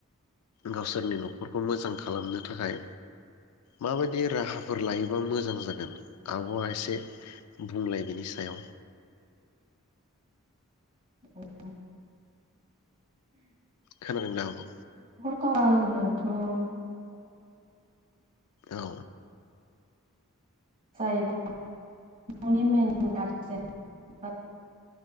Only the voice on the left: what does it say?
गावसोरनि न'खरखौ मोजां खालामनो थाखाय माबायदि राहाफोर लायोबा मोजां जागोन आब'आ एसे बुंलाय बेनि सायाव।
खोनादों ना आब'?
औ।